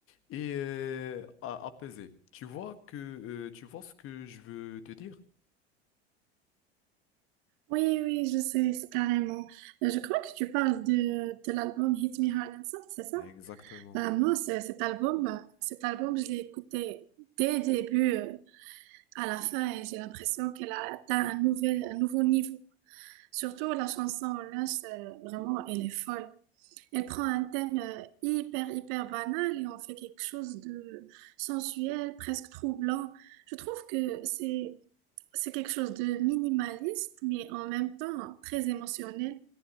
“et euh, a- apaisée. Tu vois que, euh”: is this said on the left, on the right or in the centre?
Left